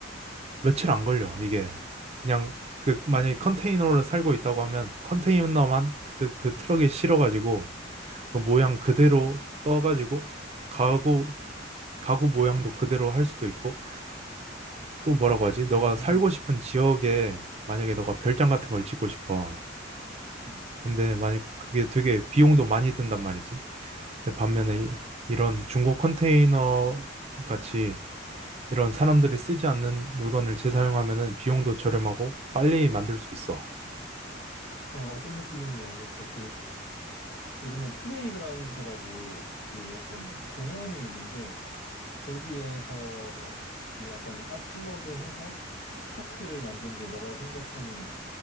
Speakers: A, on the right (about 35°); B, on the left (about 70°).
A: 며칠 안 걸려. 이게 그냥 그
B: 음,
A: 만약에 컨테이너로 살고 있다고 하면 컨테이너만 그, 그 트럭에 실어가지고 그 모양
B: 음,
A: 그대로 떠가지고 가구 가구 모양도 그대로 할 수도 있고 또 뭐라고 하지?
B: 음,
A: 너가 살고 싶은 지역에 만약에 너가 별장 같은 걸 짓고 싶어.
B: 음,
A: 근데 만약 그게 되게 비용도 많이 든단 말이지. 근데 반면에
B: 맞아, 맞아.
A: 이- 이런 중고 컨테이너 같이 이런 사람들이 쓰지 않는 물건을 재사용하면은 비용도 저렴하고 빨리 만들 수 있어.
B: 어, 어떤 느낌인지 알겠어. 예전에 플레이그라운드라고 그 어떤 공원이 있는데 거기에서 그 약간 아트웍을 해서 파크를 만든 게 너가 생각하는